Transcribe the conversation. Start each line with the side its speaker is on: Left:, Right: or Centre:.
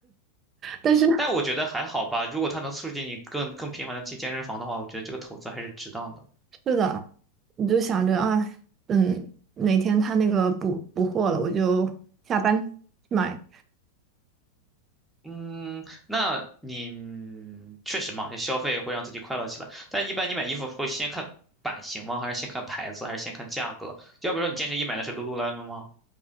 Right: 但是
Centre: 但我觉得还好吧，如果它能促进你更更频繁的进健身房的话，我觉得这个投资还是值当的。
Right: 是的，你就想着啊，嗯，哪天他那个补补货了，我就下单去买。
Centre: 嗯，那你嗯确实嘛，就消费会让自己快乐起来。但一般你买衣服会先看版型吗？还是先看牌子？还是先看价格？要不说你健身衣买的是 Lululemon 吗？